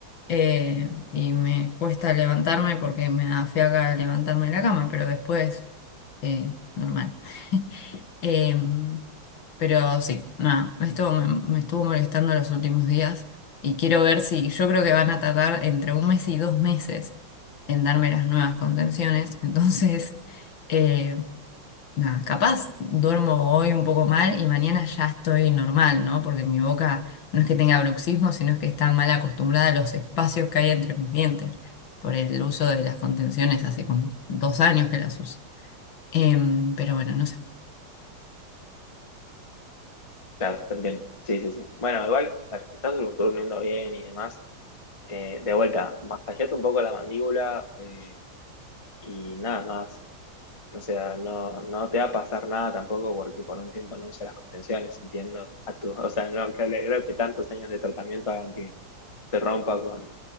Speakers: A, on the left; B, on the left.
A: eh, y me cuesta levantarme porque me da fiaca levantarme de la cama, pero después, eh, normal. <laughs> Em, pero sí, nada, esto me, me estuvo molestando los últimos días y quiero ver si yo creo que van a tardar entre un mes y dos meses en darme las nuevas contenciones. <laughs> Entonces, eh, nada, capaz duermo hoy un poco mal y mañana ya estoy normal, ¿no? Porque mi boca no es que tenga bruxismo, sino es que está mal acostumbrada a los espacios que hay entre mis dientes por el uso de las contenciones hace como dos años que las uso. Em, pero bueno, no sé.
B: Claro, te entiendo. Sí, sí, sí. Bueno, igual, a ver, si estás dur- durmiendo bien y demás, Eh, de vuelta, masajeate un poco la mandíbula eh, y nada más. O sea, no, no te va a pasar nada tampoco porque por un tiempo no usas las contenciones, entiendo. A tu, o sea, no creo, creo que tantos años de tratamiento hagan que te rompa con